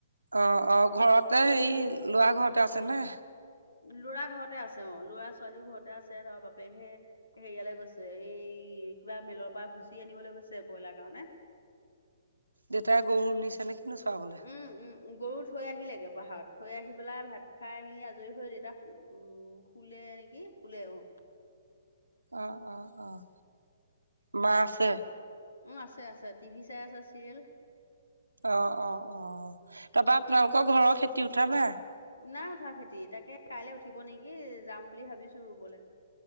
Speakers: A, on the right; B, on the left.
A: অঁ অঁ, ঘৰতে হেই লৰা ঘৰতে আছে নে?
B: ল'ৰা ঘৰতে আছে অঁ, ল'ৰা ছোৱালীও ঘৰতে আছে লৰা বাপেকহে হেৰিয়ালৈ গৈছে এই কিবা মেলৰ পৰা ভুচি আনিবলৈ গৈছে ব্ৰইলাৰ কাৰণে।
A: দেউতাই গৰু নিছেনে কিনো চোৱাবলে।
B: উম, উম, গৰু থৈ আহিলেগে পাহাৰত, থৈ আহি পেলাই ভাত খাই মেলি আজৰি হৈ দেউতা শু শু শুলে নেকি শুলে অঁ।
A: অঁ অঁ অঁ, মা আছে?
B: উম, আছে আছে টিভি চাই আছে চিৰিয়েল।
A: অঁ অঁ অঁ, তাৰপা আপোনালোকৰ ঘৰৰ খেতি উঠা না
B: নাই উঠোৱা খেতি, তাকে কাইলে উঠিব নেকি যাম বুলি ভাবিছো ৰুবলে।